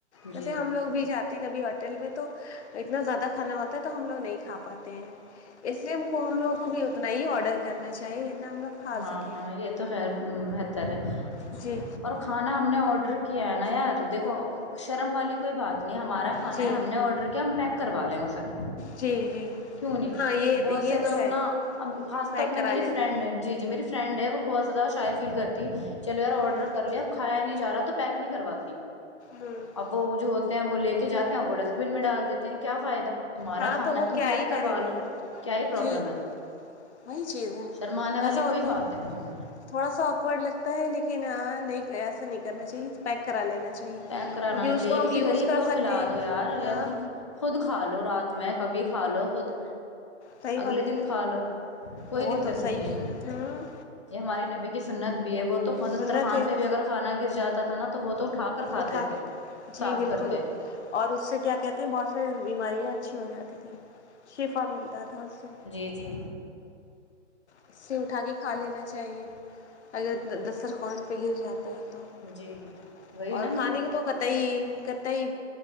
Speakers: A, on the left; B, on the left.
A: جیسے
B: جی
A: ہم لوگ بھی جاتے ہیں کب ہوٹل میں تو اتنا زیادہ کھانا ہوتا تو ہم لوگ نہیں کھا پاتے ہیں اس لیے ہم کو تو ہم لوگوں کو بھی اتنا ہی آڈر کرنا چاہیے نا ہم لوگ کھا
B: ہاں
A: سکیں
B: یہ تو بہتر ہے
A: جی
B: اور کھانا ہم نے آڈر کہ ہے نا یار دیکھو سرم والی کوئی بات نہیں ہمارا کھانا
A: جی
B: ہے ہم نے آرڈر کیا ہم پیک کرو وعلیکم سلام
A: جی جی
B: کیوں نہیں
A: ہاں یہ
B: بہت
A: یہ
B: سے لوگ
A: تو ہے
B: نا خاص
A: پیک
B: طور
A: کرا
B: میں میری
A: لیتے
B: فرینڈ ہیں جی جی میری فرینڈ ہے وہ بہت زیادہ شائف فیل کرتی ہے چلو یار آرڈر
A: ہوں
B: کر لیا اب کھایا نہیں جا رہا تو پیک نہیں کرواتئی
A: ہوں
B: اب وہ جو ہوتا ہیں وہ لے کے جاتے ہیں وہ ڈسٹبن میں ڈال دیتے ہیں کیا فائدہ تمہار
A: ہاں
B: کھانا
A: تو وہ
B: تم
A: کیا
B: پیک
A: ہی کریں
B: کروا
A: گے
B: لو کیا ہی پروابلم
A: جی
B: ہے
A: وہی چیز ہے
B: شرمانے والی
A: ایسا ہوتا
B: کوئی بات نہیں ہے
A: تھوڑا سا آکورڈ لگتا ہے لیکن ہاں نہیں ایسا نہیں کرنا چاہیے پیک کرا لینا چاہیے
B: پیک کرانا
A: کیونکہ
B: نہیں
A: اس
B: چاہیے
A: کو ہم
B: کسی
A: یوز
B: غریب
A: کر
B: کو
A: سکتے
B: کھلا
A: ہیں
B: دو یار
A: ہاں
B: یار تم خود کھا لو رات میں کبھی کھا لو خود
A: صحیح
B: اگلے
A: بات
B: دن کھا لو کوئی
A: وہ
B: دقت
A: تو صحیح
B: نہیں ہے
A: ہوں
B: یہ ہماری نبی کی سنت بھی ہے وہ تو حزفتر
A: سنت
B: خان
A: ہے
B: پہ بھی اگر کھانا گر جاتا تھا نا تو وہ تو اٹھا کھاتے
A: اٹھا
B: تھے
A: جی
B: صاف
A: بالکل
B: کر کے
A: اور اس سے کیا کہتے ہیں بہت سارے بیماریاں اچھی ہو جاتی تھیں شفا ملتا تھا سے
B: جی جی
A: اس سے اٹھا کے کھا لینا چاہیے اگر دسترخان پہ گر جاتا ہے تو تو
B: جی وہی
A: اور کھانے کی تو کت ہی کتئی